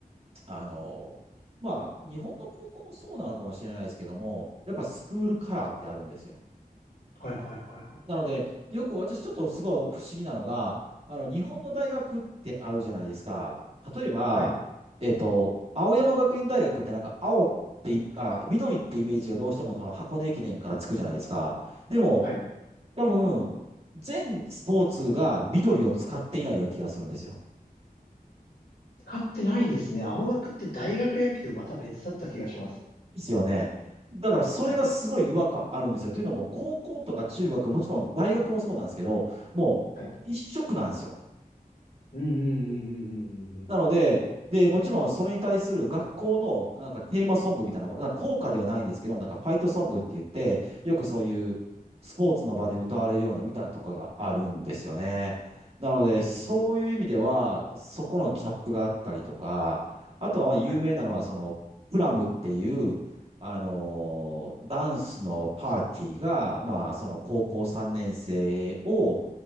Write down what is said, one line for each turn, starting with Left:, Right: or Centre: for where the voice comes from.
Right: あ、あの、まあ、日本の高校もそうなのかもしれないですけども、やっぱスクールカラーってあるんですよ。
Left: はい、はい、はい、
Right: なので、よく私ちょっとすごい不思議なのが、あの、日本の大学ってあるじゃないですか。例えば、
Left: はい、
Right: えっと、青山学院大学ってなんか青ってい、あ、緑ってイメージがどうしてもその箱根駅伝からつくじゃないですか。でも、
Left: はい。
Right: 多分、全スポーツが緑を使っていないような気がするんですよ。
Left: 使ってないですね。青学って大学野球また別だった気がします。
Right: ですよね。だからそれがすごい違和感あるんですよ。
Left: はい、
Right: というのも、高校とか中学、もちろん大学もそうなんですけど、もう一色なんですよ。
Left: はい。うん、うん、うん、うん、うん、うん。
Right: なので、で、もちろんそれに対する学校のなんかテーマソングみたいな、なんか校歌ではないんですけど、なんかファイトソングって言って、よくそういうスポーツの場で歌われるような歌とかがあるんですよね。なので、
Left: ええー、
Right: そういう意味では、そこのギャップがあったりとか、あとはまあ有名なのは、
Left: はい。
Right: その、プラムっていう、あのーダンスのパーティーが、まあ、その高校3年生を、